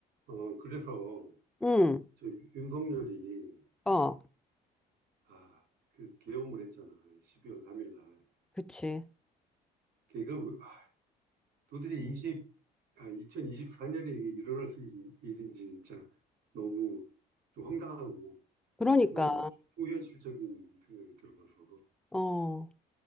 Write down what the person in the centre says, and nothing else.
응,
어,
그치.
그러니까,
어.